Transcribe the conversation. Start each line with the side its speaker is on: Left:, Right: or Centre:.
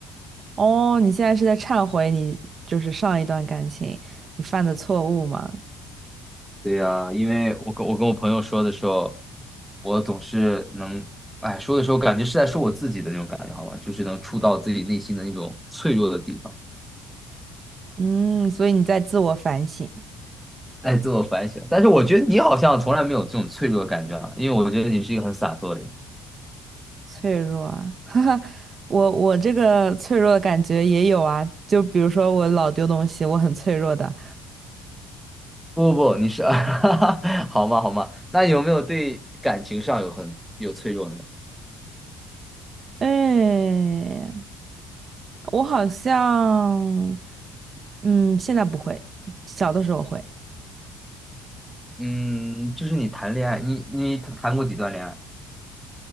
Right: 哦，你现在是在忏悔你就是上一段感情你犯的错误吗？
Centre: 对呀、因为我跟我跟我朋友说的时候，我总是能哎说的时候，感觉是在说我自己的那种感觉，好吧，就是能触到自己内心的那种脆弱的地方，
Right: 嗯，所以你在自我反省，
Centre: 哎，自我反省。但是我觉得你好像从来没有这种脆弱的感觉啊，因为我觉得你是一个很洒脱的人。
Right: 脆弱啊。我我这个脆弱的感觉也有啊，就比如说我老丢东西，我很脆弱的。
Centre: 不不不，你是 <laughs> 好嘛好嘛，那有没有对感情上有很有脆弱呢？
Right: 哎，我好像，嗯，现在不会，小的时候会。
Centre: 嗯，就是你谈恋爱，你你谈过几段恋爱？